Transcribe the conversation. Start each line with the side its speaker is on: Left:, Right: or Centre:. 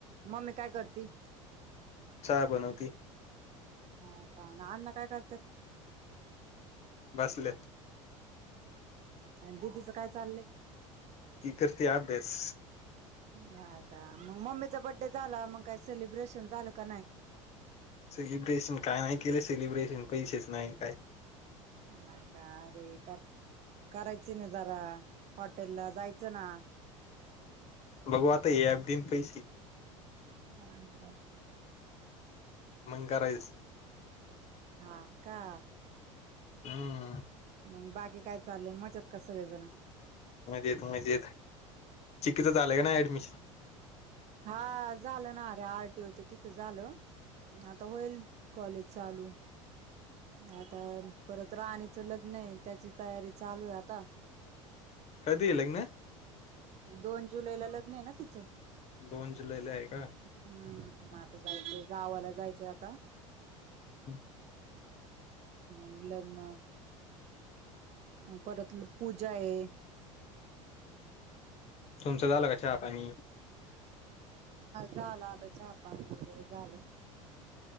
Right: मम्मी काय करती?
Left: चहा बनवती.
Right: हा का ना अण्णा काय करतात?
Left: बसल्यात
Right: आणि दिदीच काय चाललंय?
Left: ती करती अभ्यास.
Right: हा का मग मम्मीचा बड्डे झाला मग काही सेलिब्रेशन झालं का नाही?
Left: सेलिब्रेशन काय नाही केले सेलिब्रेशन पैसेच नाही काय?
Right: हा का रे का? करायचं ना जरा हॉटेल ला जायचं ना.
Left: बघू आता <unintelligible> दिन पैसे.
Right: <inaudible>
Left: म करायचं.
Right: हा का?
Left: हम्म
Right: मग बाकी काय चाललंय मजेत का सगळेजण?
Left: मजेत, मजेत चिककीचं झालंय का नाही ऍडमिशन?
Right: हा झालं ना रे आरटीओच्या तिथून झालं‌. आता होईल कॉलेज चालू. आता परत राणीच लग्न आहे, त्याची तयारी चालू आहे आता.
Left: कधी आहे लग्न?
Right: दोन जुलै ला लग्न आहे ना तिचं.
Left: दोन जुलै ला आहे का?
Right: हम्म म आता जायचंय गावाला जायचंय आता.
Left: हम.
Right: म लग्न. परत पूजा आहे ‌.
Left: तुमचं झालं का चहा पाणी?
Right: झालं आता चहा पाणी वगैरे झालं.